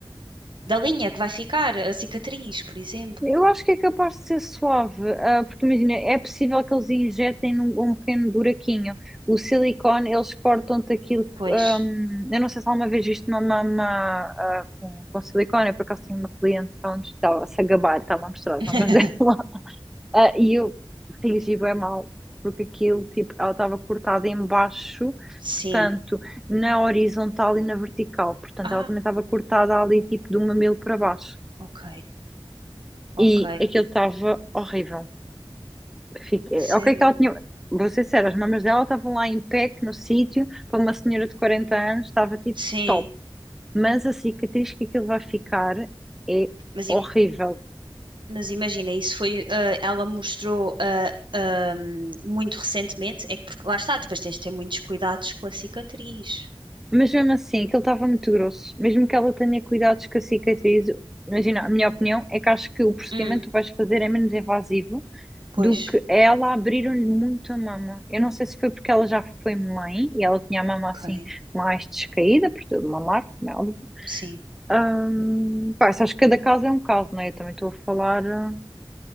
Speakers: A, on the right; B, in the centre.
A: da linha que vai ficar, a cicatriz, por exemplo.
B: Eu acho que é capaz de ser suave, ah, porque imagina, é possível que eles injetem num, um pequeno buraquinho. O silicone, eles cortam-te aquilo.
A: Pois,
B: ahm, eu não sei se alguma vez viste uma mama ah, com, com silicone, eu por acaso tenho uma cliente que ela nos estava a se gabar, estava a mostrar
A: <laughs>
B: as mamas <laughs> dela. Ah, e eu reagi bem mal, porque aquilo, tipo, ela estava cortada em baixo,
A: sim.
B: portanto, na horizontal e na vertical. Portanto,
A: Ah,
B: ela também estava cortada ali, tipo, do mamilo para baixo.
A: ok, ok.
B: E aquilo estava horrível. Fiquei...
A: Sério?
B: Ok, que ela tinha... Vou ser sério, as mamas dela estavam lá em pé, que no sítio, para uma senhora de 40 anos, estava, tipo,
A: Sim.
B: top. Mas a cicatriz que aquilo vai ficar é
A: Mas
B: horrível.
A: Mas imagina, isso foi, ah, ela mostrou ah, ah, muito recentemente, é que porque lá está, depois tens de ter muitos cuidados com a cicatriz.
B: Mas mesmo assim, aquilo estava muito grosso. Mesmo que ela tenha cuidados com a cicatriz, imagina, a minha opinião é que acho que o procedimento
A: Hum,
B: que tu vais fazer é menos invasivo
A: Pois,
B: do que ela abriram-lhe muito a mama. Eu não sei se foi porque ela já foi mãe e ela tinha a mama assim
A: ok,
B: mais descaída, por tudo mamar, como é óbvio.
A: sim.
B: Ahm, pá, isso acho que cada caso é um caso, não é? Eu também estou a falar, ah,